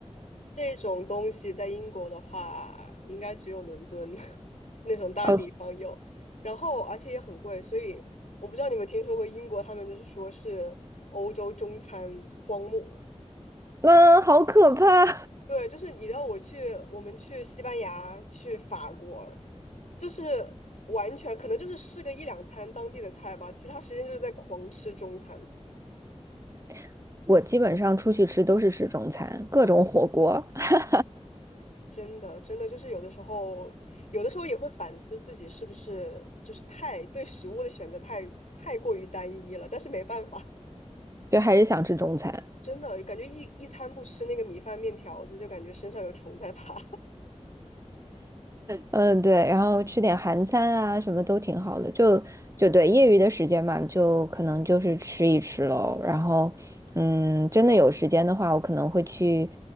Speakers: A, on the left; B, on the right.
A: 这种东西在英国的话，应该只有伦敦 <laughs> 那种大地方有，
B: 哦，
A: 然后而且也很贵，所以我不知道你们听说过英国，他们就是说是欧洲中餐荒漠
B: 嗯，好可怕！
A: 对，就是你知道我去，我们去西班牙、去法国，就是完全可能就是试个一两餐当地的菜吧，其他时间就是在狂吃中餐。
B: <laughs> 我基本上出去吃都是吃中餐，各种火锅，<laughs>
A: 真的，真的就是有的时候，有的时候也会反思自己是不是就是太对食物的选择太太过于单一了，但是没办法，
B: 就还是想吃中餐。
A: <laughs> 真的感觉一一餐不吃那个米饭面条子，就感觉身上有虫在爬。
B: 嗯，对，然后吃点韩餐啊，什么都挺好的。就就对，业余的时间嘛，就可能就是吃一吃喽。然后，嗯，真的有时间的话，我可能会去